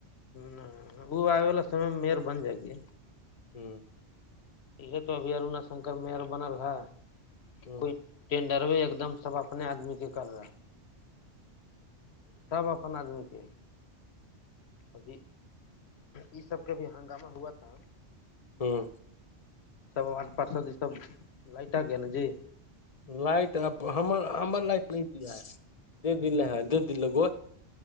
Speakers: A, on the left; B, on the left.
A: نہ وہ آبے والا سمے میں مئر بن جائے گی
B: ہوں
A: یہ تو ابھی ارنا شنکر مئر بنل ہے کہ
B: ہوں
A: کوئی ٹینڈر ایک دم سب اپنے آدمی کے کر رہا سب اپ آدمی کے ابھی یہ سب کا بھی ہنگامہ ہوا تھا
B: ہوں
A: سب آڈ پارس سب لائٹک ہے نا جی
B: لائٹ ہم ہمر لائٹ نہیں دیا دے دے دے د گوش